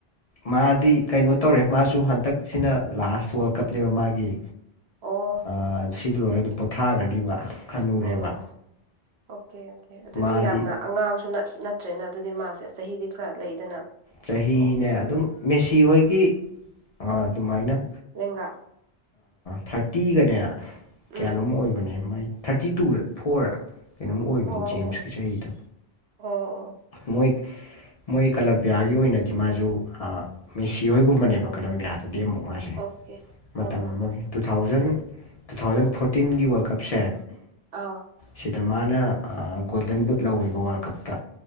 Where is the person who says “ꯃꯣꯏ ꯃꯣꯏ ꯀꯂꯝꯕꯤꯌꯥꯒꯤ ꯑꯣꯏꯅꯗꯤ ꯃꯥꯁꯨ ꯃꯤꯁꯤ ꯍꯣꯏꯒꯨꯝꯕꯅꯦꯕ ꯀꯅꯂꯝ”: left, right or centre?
Left